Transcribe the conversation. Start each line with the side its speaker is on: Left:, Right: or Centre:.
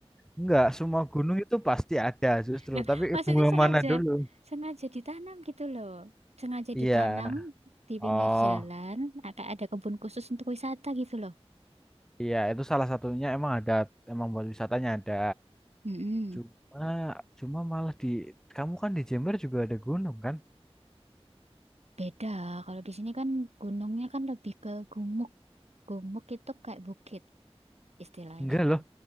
Centre: enggak, semua gunung itu pasti ada justru,
Right: Nah,
Centre: tapi
Right: maksudnya
Centre: bunga
Right: sengaja,
Centre: mana dulu?
Right: sengaja ditanam gitu loh. Sengaja
Centre: Iya.
Right: ditanam di
Centre: Oh,
Right: pinggir jalan, agak ada kebun khusus untuk wisata gitu loh.
Centre: iya itu salah satunya emang ada emang buat wisatanya ada.
Right: Mm-mm.
Centre: Cuma cuma malah di kamu kan di Jember juga ada gunung kan?
Right: Beda, kalau di sini kan gunungnya kan lebih ke gumuk. Gumuk itu kayak bukit istilahnya
Centre: Enggak loh.
Right: tuh.